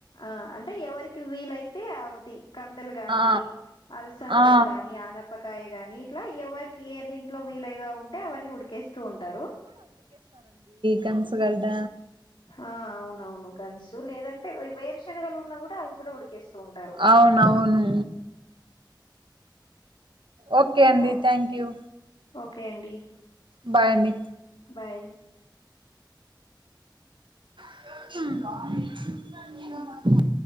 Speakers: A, on the left; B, on the right.
A: ఆ అంటే ఎవరికి వీలైతే అవాతి కందలు గాని
B: ఆ
A: అలసందలు
B: ఆ
A: గాని ఆనపకాయ గాని ఇట్లా ఎవరికి ఏది ఇంట్లో వీలగా ఉంటే అవన్నీ ఉడికేస్తూ ఉంటారు
B: కన్సుగడ్డ
A: ఆ అవునవును గన్సు లేదంటే వేరు శనగలు ఉన్నా కూడా అవి కూడా ఉ ఎక్కేస్తూ ఉంటారు
B: అవునవును ఓకే అండి
A: ఓ
B: థ్యాంక్ యూ
A: ఓకే అండి
B: బై అండి
A: బాయ్
B: <inaudible>